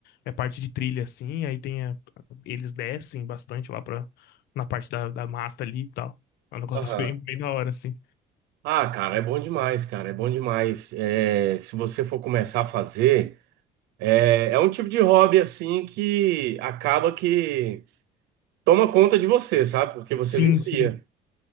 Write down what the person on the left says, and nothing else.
é parte de trilha assim, aí tem a- eles descem bastante lá para na parte da, da mata ali e tal. É um negócio
bem, bem da hora assim.
Sim,
sim.